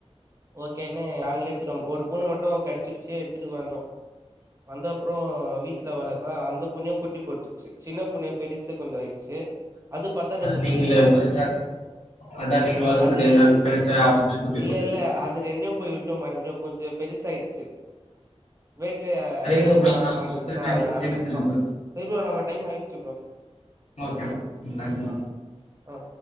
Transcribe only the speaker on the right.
ஓகேனு நாங்களே எடுத்துட்டோ ஒரு பூன மட்டு கெட ச்சிருச்சே எடுத்துட்டு வந்தோ வந்தப்றோ வீட்ல வளக்க அந்த பூனயு குட்டி போட்ருச்சு சின்ன பூனயு பெரிசு கொஞ்சோ ஆயிடுச்சு அது பாத்தா ரெண்டு
குட்டி போட்டுச்சு
அது
இல்லெல்ல
அது ரெண்டியு போய் விட்டோ மறுப்டியு கொஞ்சோ பெருசாயிட்ச்சு வேட்டயாடி
சாப்புற
மாரி
ஸோ
அதனால
விட்டோ
சரி ப்ரோ நம்ம டைம் ஆய்ருச்சு ப்ரோ
ஆ ஆ